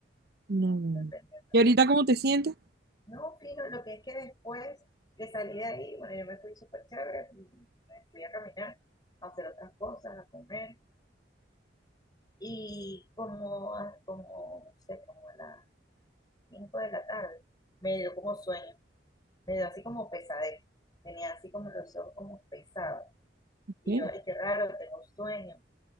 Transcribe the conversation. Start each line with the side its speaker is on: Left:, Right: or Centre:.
Right: No, no, no.
Left: depende.
Right: ¿Y ahorita cómo te sientes?
Left: No, fino, lo que es que después que salí de ahí, bueno, yo me fui súper chévere, me fui a caminar, a hacer otras cosas, a comer. Y como, a- como, no sé, como a las 5 de la tarde, me dio como sueño, me dio así como pesadez, tenía así como los ojos como pesados. Y
Right: Sí.
Left: yo, ay, qué raro, tengo sueño.